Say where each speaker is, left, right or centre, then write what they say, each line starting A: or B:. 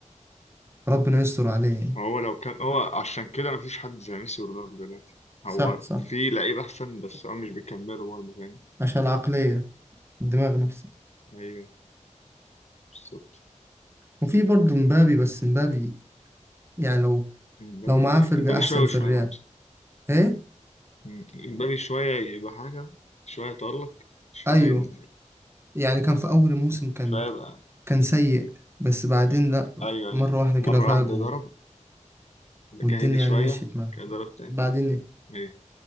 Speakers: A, on the right; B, on the left.
A: ربنا يستر عليه يعني
B: هو لو كان هو عشان كده مفيش حد زي ميسي ورونالدو دلوقتي هو
A: صح صح
B: في لعيب احسن بس هو مش بيكملوا برضه فاهم
A: عشان العقلية الدماغ نفسه
B: ايوه بالظبط
A: وفي برضه مبابي بس مبابي يعني لو
B: امبابي
A: لو معاه فرقة
B: امبابي
A: أحسن
B: شويه
A: في
B: شويه
A: الريال
B: برضه
A: إيه؟
B: أمم، امبابي شويه يبقى حاجه شويه يتألق شويه
A: أيوه
B: ينزل
A: يعني كان في أول الموسم كان
B: شويه يبقى
A: كان سيء بس بعدين
B: فاهم
A: لأ
B: ايوه
A: مرة
B: ايوه
A: واحدة
B: مره
A: كده فاق
B: واحده
A: و-
B: ضرب
A: والدنيا
B: كده هدي شويه
A: يعني مشيت معاه
B: كده ضرب تاني
A: بعدين
B: ايوه